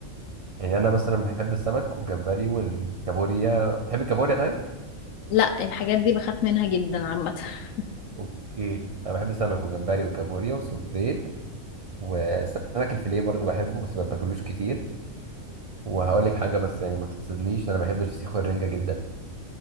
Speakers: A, on the right; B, on the left.
A: يعني انا مثلا بحب السمك والجمبري والكابوريا بتحبي الكابوريا طيب
B: لا الحاجات دي بخاف منها جدا عامة <laughs>
A: اوكي انا بحب السمك وجمبري وكابوريا وسبيط وسمك الفيليه برضو بحبه بس ما باكلوش كتير وهقول لك حاجه بس يعني ما تتصدميش انا بحب الفسيخ والرنجه جدا